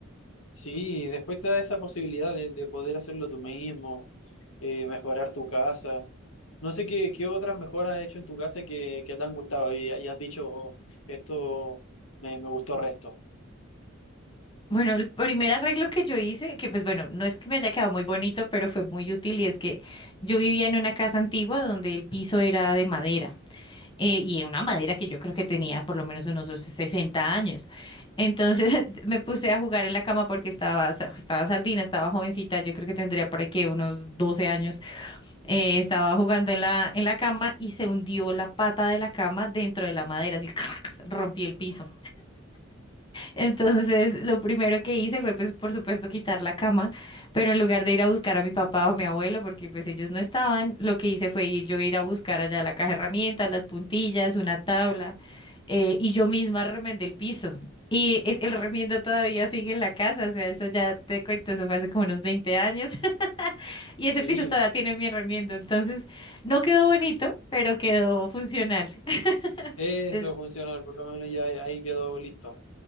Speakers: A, on the left (about 75°); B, on the left (about 25°).
A: Sí, y después te da esa posibilidad de, de poder hacerlo tú mismo, eh, mejorar tu casa. No sé qué, qué otras mejoras has hecho en tu casa que, que te han gustado y, y has dicho, "Oh, esto me, me gustó resto.
B: Bueno, el primer arreglo que yo hice, que pues bueno, no es que me haya quedado muy bonito, pero fue muy útil y es que yo vivía en una casa antigua donde el piso era de madera eh, y una madera que yo creo que tenía por lo menos unos 60 años. Entonces <laughs> me puse a jugar en la cama porque estaba, sa- estaba sardina, estaba jovencita, yo creo que tendría por aquí unos 12 años Eh, estaba jugando en la, en la cama y se hundió la pata de la cama dentro de la madera, así crac, rompí el piso. Entonces, lo primero que hice fue, pues, por supuesto, quitar la cama, pero en lugar de ir a buscar a mi papá o a mi abuelo, porque pues ellos no estaban, lo que hice fue ir- yo ir a buscar allá la caja de herramientas, las puntillas, una tabla, eh, y yo misma remendé el piso. Y e- el remiendo todavía sigue en la casa, o sea, eso ya te cuento, eso fue hace como unos 20 años. Y
A: Sí,
B: ese piso todavía tiene mi remiendo, entonces no quedó bonito, pero quedó funcional. <laughs>
A: eso
B: Es
A: funcionó, por lo menos ya ahí quedó listo.